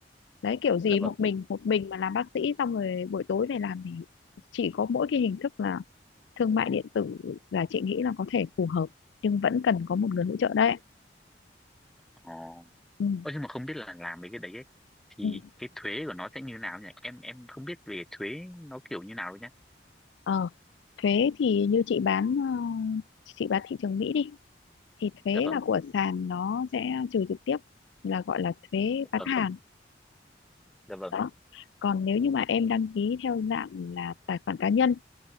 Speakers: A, on the left; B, in the centre.
A: đấy kiểu gì
B: dạ vâng.
A: một mình một mình mà làm bác sĩ xong rồi buổi tối về làm thì chỉ có mỗi cái hình thức là thương mại điện tử là chị nghĩ là có thể phù hợp nhưng vẫn cần có một người hỗ trợ đấy
B: À.
A: ừ.
B: Ơ, nhưng mà không biết là làm mấy cái đấy ấy, thì
A: ừ.
B: cái thuế của nó sẽ như nào nhỉ? Em em không biết về thuế nó kiểu như nào đâu nhá.
A: ờ thuế thì như chị bán ờ, chị bán thị trường Mỹ đi thì thuế
B: Dạ vâng,
A: là của sàn nó sẽ trừ trực tiếp là gọi là thuế
B: dạ
A: bán
B: vâng,
A: hàng
B: dạ vâng,
A: đó còn nếu như mà em đăng ký theo dạng là tài khoản cá nhân